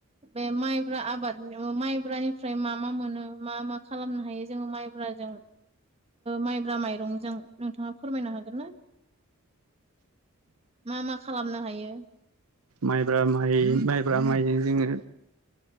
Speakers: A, on the right (about 30°); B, on the right (about 70°).
A: बे माइब्रा आबाद माइब्रानिफ्राय मा मा मोनो मा मा खालामनो हायो जोङो माइ ब्राजों माइब्रा माइरंजों नोंथाङा फोरमायनो हागोन ना मा मा खालामनो हायो?
B: माइब्रा माइ माइब्रा माइजों जोङो